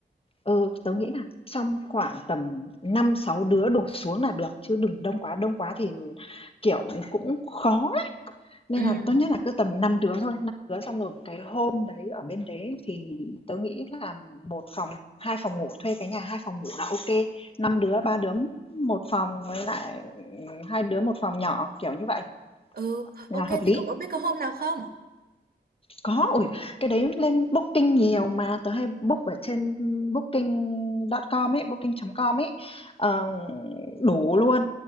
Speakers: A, on the left; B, on the right.
A: Ừ, tớ nghĩ là trong khoảng tầm năm sáu đứa đổ xuống là được chứ đừng đông quá, đông quá thì kiểu cũng khó á. Nên
B: ừ
A: là tốt nhất là cứ tầm 5 đứa thôi, 5 đứa xong rồi cái hôm đấy ở bên đấy thì tớ nghĩ là một phòng, hai phòng ngủ thuê cái nhà hai phòng ngủ là ok. năm đứa, ba đứa một phòng với lại hai đứa một phòng nhỏ kiểu như vậy
B: ừ
A: là
B: ok
A: hợp
B: thế
A: lý.
B: cậu có biết có hôm nào không
A: Có, ủi cái đấy lên Booking nhiều mà, tớ hay book ở trên Booking.com ấy, Booking.com ấy, ờ, đủ luôn,